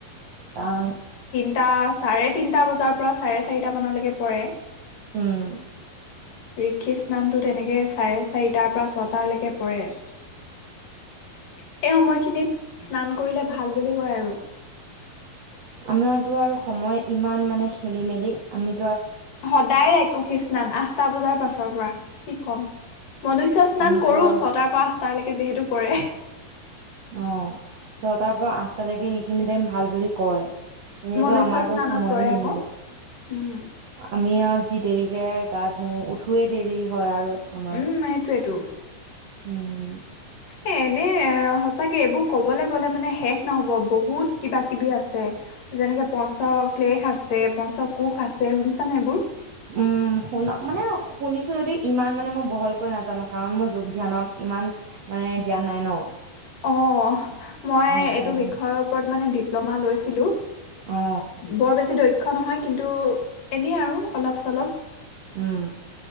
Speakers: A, on the right; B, on the left.
A: কাৰণ
B: টা চাৰে তিনটা বজাৰ পৰা চাৰে চাৰিটা মানলৈকে পৰে
A: উম
B: ঋষি স্নানতটো তেনেকে চাৰে চাৰিটাৰ পৰা ছটালৈকে পৰে এই সময়খিনিত স্নান কৰিলে ভাল বুলি কয় আৰু
A: আমাৰতো আৰু সময় ইমান মানে খেলি মেলি আমি
B: সদায় ৰাক্ষসী স্নান আঁ সাট টা বজাৰ পাছৰ পৰা কি ক'ম মনুষ্যয় স্নান
A: আমিতো
B: কৰো
A: আৰু
B: ছটাৰ পৰা তাৰ লৈকে যিহেতু পৰে
A: অ ছটাৰ পৰা আঠটালৈকে সেইখিনি টাইম ভাল বুলি কয় এনেতো
B: মনুষ্য
A: আমাৰতো
B: স্নানত
A: সময়ে
B: পৰে
A: নিমিলে
B: আকৌ উম
A: আমি আৰু যি দেৰিকে গা ধুও উঠোৱে দেৰি হয় আৰু আমাৰ
B: উম সেইটোৱে এই তো
A: উম
B: এ এনে সঁচাকে এইবোৰ কবলৈ গলে মানে শেষ নহব বহুত কিবা কিবি আছে যেনেকে পঞ্চক ক্লেশ আছে পঞ্চ কোষ আছে শুনিছা নে এইবোৰ
A: উম শুন মানে শুনিছো যদিও ইমান মানে মই বহলকৈ নাজানো কাৰণ মোৰ যোগ ধ্যানত ইমান মানে জ্ঞান নাই ন
B: অ মই
A: সেইকাৰণে
B: এইটো বিষয়ৰ ওপৰত মানে ডিপ্লোমা লৈছিলোঁ
A: অ
B: বৰ বেছি দক্ষ দক্ষ নহয় কিন্তু এনেই আৰু অলপ চলপ
A: উম